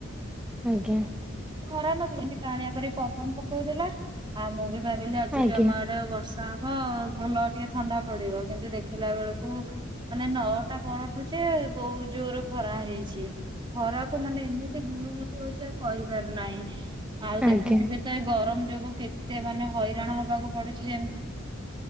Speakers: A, in the centre; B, on the right (about 25°).
A: ଆଜ୍ଞା।
B: ଖରା ନ ଏମତି କାଳିଆ ପ ପବନ ପକଉଥିଲା ଆଉ ମୁଁ ବି ଭାବିଲି ଆଜି
A: ଆଜ୍ଞା
B: ବି ଆମ ଆଡେ ବର୍ଷା ତାବ ଭଲ ଟିକେ ଥଣ୍ଡା ପଡିବ କିନ୍ତୁ ଦେଖିଲା ବେଳକୁ ମାନେ ନଅଟା ପରଠୁ ସେ ବହୁତ ଜୋର ଖରା ହେଇଛି ଖରାକୁ ମାନେ ଏମିତି ଗୁଳୁ ଗୁଳିୁ ହଉଛି ଆଉ କହ ନାହିଁ ଆଉ ଦେଖୁଥିବେ
A: ଆଜ୍ଞା
B: ତ ଏ ଗରମ ଯୋଗୁ କେତେ କେତେ ମାନେେ ହଇରାଣ ହବାକୁ ପଡୁଛି ଯେମତି।